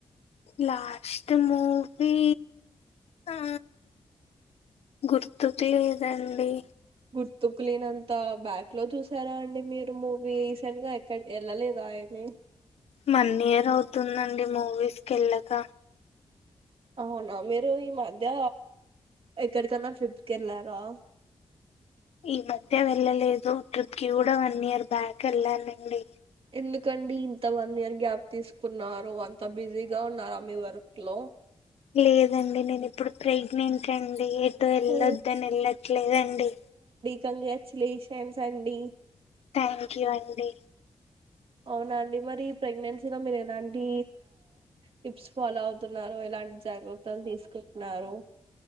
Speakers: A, on the left; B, on the right.
A: లాస్ట్ మూవీ ఆ గుర్తుకు లేదండి
B: గుర్తుకు లేనంతా బ్యాక్ లో చూసారా అండి మీరు మూవీ రీసెంట్ గా ఎక్కడ వెళ్ళలేదా ఏమి
A: వన్ ఇయర్ అవుతుందండి మూవీస్ కెల్లక
B: అవునా మీరు ఈ మధ్య ఎక్కడికన్నా ట్రిప్కెల్లరా?
A: ఈ మధ్య వెళ్ళలేదు. ట్రిప్ కి కూడా వన్ ఇయర్ బ్యాక్ వెళ్ళానండి.
B: ఎందుకండి ఇంత వన్ ఇయర్ గ్యాప్ తీసుకున్నారు? అంత బిజీగా ఉన్నారా మీ వర్క్ లో.
A: లేదండి నేను ఇప్పుడు ప్రెగ్నెంట్ అండి ఎటు వెళ్ళొద్దని
B: ఓ
A: వెళ్ళట్లేదండి
B: కంగ్రాట్యులేషన్స్ అండి
A: థ్యాంక్ యూ అండి
B: అవునా అండి మరి ప్రెగ్నెన్సీలో మీరు ఎలాంటి టిప్స్ ఫాలో అవుతున్నారు ఎలా ఎంటి జాగ్రత్తలు తీసుకుంటున్నారు